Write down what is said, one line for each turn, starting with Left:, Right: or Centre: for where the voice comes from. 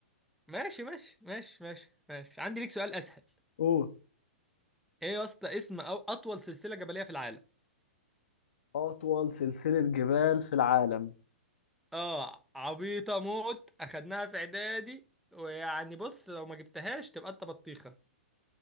Centre: ماشي ماشي ماشي ماشي ماشي عندي ليك سؤال اسهل
Left: أوه
Centre: ايه يا اسطى اسم او اطول سلسله جبليه في العالم
Left: أطول سلسلة جبال في العالم
Centre: اه عبيطه موت اخدناها في اعدادي ويعني بص لو ما جبتهاش تبقى انت بطيخه